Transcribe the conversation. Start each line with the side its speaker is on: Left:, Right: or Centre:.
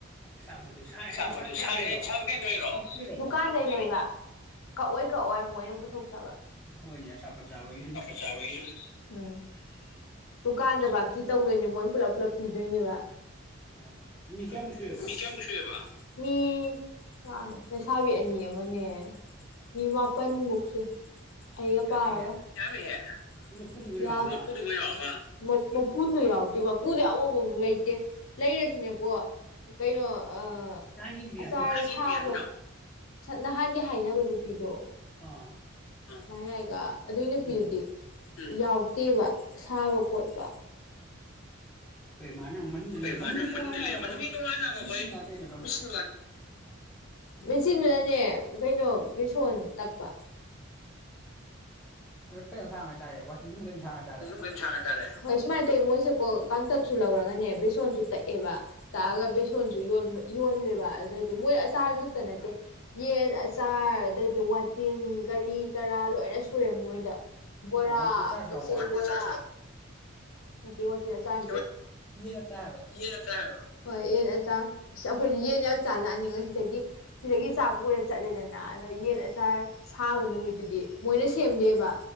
Centre: ꯑꯆꯥꯄꯣꯠꯇꯨ ꯁꯥꯔꯦ
Left: ꯑꯆꯥꯄꯣꯠꯇꯨ
Centre: ꯁꯥꯕ
Left: <unintelligible>
Centre: ꯀꯩꯅꯣ ꯇꯧꯔꯤꯔꯣ
Left: ꯗꯩꯔꯣ
Centre: ꯀꯛꯇꯣꯏꯔꯣꯕ
Left: ꯗꯨꯀꯥꯟꯗꯩ ꯂꯩꯕ ꯀꯛꯑꯣꯏ ꯀꯛꯑꯣꯏ ꯃꯣꯏꯅ ꯄꯨꯊꯣꯛꯆꯕ
Centre: ꯍ‌ꯣꯏꯅ‌ꯦ ꯑꯆꯥꯄꯣꯠ ꯆꯥꯕꯒꯤ ꯁꯨꯝ
Left: ꯆꯥꯕꯒꯤ ꯁꯨꯝ ꯎꯝ ꯗꯨꯀꯥꯟꯗ ꯕꯥꯀꯤ ꯇꯧꯗꯣꯏꯅꯦ ꯃꯣꯏꯟ ꯄꯨꯂꯞ ꯄꯨꯂꯞ ꯄꯤꯗꯣꯏꯅꯦꯕ
Centre: ꯑꯣ ꯃꯤ
Left: ꯑꯥ
Centre: ꯀꯌꯥꯃꯨꯛ ꯁꯨꯏꯑꯕ
Left: ꯃꯤ ꯀꯌꯥꯃꯨꯛ ꯁꯨꯏꯌ‌ꯦꯕ ꯃꯤ ꯀꯌꯥꯅꯣ ꯂꯩꯁꯥꯕꯤ ꯑꯅꯤ ꯑꯃꯅꯦ ꯃꯤ ꯃꯥꯄꯟꯃꯨꯛ ꯁꯨꯏ ꯑꯩꯒ
Centre: ꯌꯥꯝꯃꯤꯍꯦ
Left: ꯄꯥꯔꯒ ꯌꯥꯝꯃꯤꯍꯦ
Centre: ꯃꯄꯨꯗꯨꯒ
Left: ꯌꯥꯝ
Centre: ꯌꯥꯎꯔꯒ
Left: <unintelligible> ꯌꯥꯎꯔꯒ ꯃꯥ ꯃꯄꯨꯗꯨ ꯌꯥꯎꯗꯦ ꯃꯄꯨꯗꯤ ꯑꯃꯕꯧ ꯂꯩꯇꯦ ꯂꯩꯔꯁꯨꯅꯦꯀꯣ ꯀꯩꯅꯣ ꯑꯥ
Centre: ꯅꯍꯥꯟꯒꯤ ꯅꯨꯄꯤ
Left: ꯑꯆꯥꯔ
Centre: ꯑꯍꯟꯗꯣ
Left: ꯁꯥꯕ ꯅꯍꯥꯟꯒꯤ ꯍꯥꯏꯅꯕ ꯅꯨꯄꯤꯗꯣ
Centre: ꯑꯥ
Left: ꯃꯌꯥꯏꯒ ꯑꯗꯨꯏ ꯅꯨꯄꯤꯗꯨꯗꯤ
Centre: ꯎꯝ
Left: ꯌꯥꯎꯇꯦꯕ ꯁꯥꯕ ꯈꯣꯠꯄ
Centre: ꯈꫭꯏ ꯃꯥꯅ ꯃꯅꯨꯡꯗ
Left: ꯍꯣꯏ
Centre: ꯂꯩꯔꯦ ꯃꯅꯨꯡꯒꯤ
Left: ꯃꯥꯅ
Centre: ꯇꯣꯉꯥꯟꯅ
Left: ꯃꯅꯨꯡꯗ ꯂꯩ
Centre: ꯑꯃ ꯑꯩꯈꯣꯏ
Left: ꯃꯅꯨꯡꯒꯤ ꯇꯣꯉꯥꯟꯕ ꯑꯩꯈꯣꯏ
Centre: ꯃꯦꯆꯤꯟ ꯉꯥꯛꯇ ꯑꯣꯏꯅ ꯀꯔꯝꯕꯅꯣ
Left: ꯃꯦꯆꯤꯟ ꯃꯦꯆꯤꯟꯗꯨꯅꯅꯦ ꯀꯩꯅꯣ ꯕꯦꯁꯣꯟ ꯇꯛꯄ
Centre: ꯀꯩꯅꯣ ꯁꯥꯅꯤꯉꯥꯏ ꯇꯥꯔꯦ ꯋꯥꯇꯤꯟꯒꯨꯝꯕ ꯀꯩꯅꯣ ꯁꯥꯅꯤꯉꯥꯏ ꯇꯥꯔꯦ
Left: ꯀꯩꯅꯣ ꯁꯥꯅꯤꯉꯥꯏ ꯇꯥꯔꯦ ꯍꯣꯏ ꯁꯨꯃꯥꯏꯅ ꯇꯧꯋꯤ ꯃꯣꯏꯁꯦ ꯀꯣ ꯀꯥꯡꯇꯛꯁꯨ ꯂꯧꯔꯒꯅꯦ ꯕꯦꯁꯣꯟꯁꯨ ꯇꯛꯑꯦꯕ ꯇꯛꯑꯒ ꯕꯦꯁꯣꯟꯁꯨ ꯌꯣꯜꯂꯦꯕ ꯑꯗꯩꯗꯤ ꯃꯣꯏ ꯑꯆꯥꯔ ꯈꯛꯇ ꯅꯠꯇꯦ ꯌꯦꯟ ꯑꯆꯥꯔ ꯑꯗꯒꯤ ꯋꯥꯇꯤꯟ ꯀꯔꯤ ꯀꯔꯥ ꯂꯣꯏꯅ ꯁꯨꯔꯦ ꯃꯣꯏꯗ ꯕꯣꯔꯥ
Centre: ꯑꯣ ꯋꯥꯇꯤꯟ ꯆꯥꯔꯁꯨ
Left: ꯀꯛꯆꯤꯡ
Centre: ꯌꯥꯎꯕ
Left: ꯕꯣꯔꯥ ꯅꯠꯇꯦ ꯋꯥꯇꯤꯟ ꯑꯆꯥꯔ
Centre: ꯌꯦꯟ ꯅꯠꯇ꯭ꯔꯥ ꯍꯥꯏꯕ
Left: ꯌꯦꯟ ꯑꯆꯥꯔ ꯍꯥꯏꯕ ꯍꯣꯏ ꯌꯦꯟ ꯑꯆꯥꯔ ꯑꯁ ꯑꯩꯈꯣꯏ ꯌꯦꯟ ꯌꯥꯝ ꯆꯥꯖꯥ ꯅꯤꯡꯉꯣ ꯁꯤꯗꯒꯤ ꯁꯤꯗꯒꯤ ꯆꯥꯛ ꯄꯨꯔ ꯆꯠꯂꯤꯗꯅ ꯑꯗꯣ ꯌꯦꯟ ꯑꯆꯥꯔ ꯁꯥꯕ ꯅꯨꯃꯤꯠꯇꯨꯗꯤ ꯃꯣꯏꯅ ꯁꯦꯝꯗꯦꯕ